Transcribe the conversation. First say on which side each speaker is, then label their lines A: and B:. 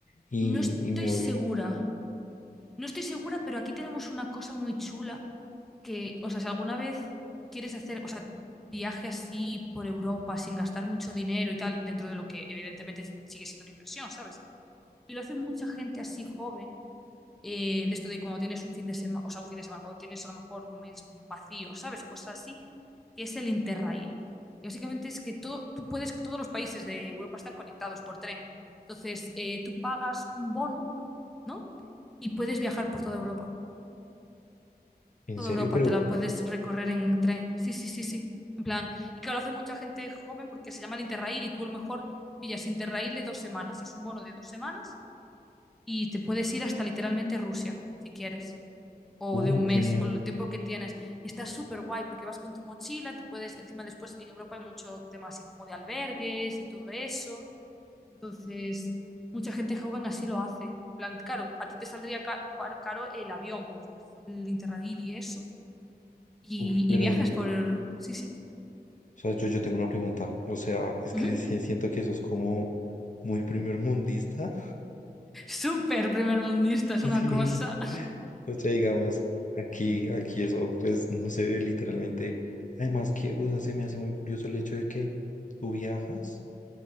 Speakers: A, on the left; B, in the centre.
A: y,
B: no estoy
A: y me voy,
B: segura, no estoy segura, pero aquí tenemos una cosa muy chula que, o sea, si alguna vez quieres hacer, o sea, viaje así por Europa sin gastar mucho dinero y tal, dentro de lo que evidentemente sigue siendo una inversión, ¿sabes? Y lo hace mucha gente así joven eh, de esto de cuando tienes un fin de semana, o sea, un fin de semana, cuando tienes a lo mejor un mes vacío, ¿sabes? O cosas así, que es el Interrail. Y básicamente es que todo, tú puedes, todos los países de Europa están conectados por tren. Entonces, eh, tú pagas un bono, ¿no? Y puedes viajar por toda Europa.
A: en
B: Toda
A: serio,
B: Europa
A: pero,
B: te la puedes recorrer en tren. Sí, sí, sí, sí. En plan, y claro, lo hace mucha gente joven porque se llama el Interrail y tú a lo mejor pillas Interrail de dos semanas. y Es un bono de dos semanas y te puedes ir hasta literalmente Rusia, si quieres o
A: uh,
B: de un mes
A: genial,
B: o el tiempo que tienes. Y está súper guay porque vas con tu mochila, te puedes, encima después en Europa hay mucho tema así como de albergues y todo eso. Entonces, mucha gente joven así lo hace. En plan, claro, a ti te saldría ca- bar- caro el avión, pero después el Interrail y eso. Y,
A: uf, pero.
B: y viajes por... Sí, sí.
A: O sea, yo, yo tengo una pregunta. O sea, es
B: Ujú.
A: que <laughs> sí siento que eso es como muy primer mundista.
B: <laughs> Súper primer mundista,
A: <laughs>
B: es una
A: Sí.
B: cosa.
A: O sea, digamos, aquí, aquí eso, pues no se ve literalmente. Además que, o sea, se me hace muy curioso el hecho de que tú viajas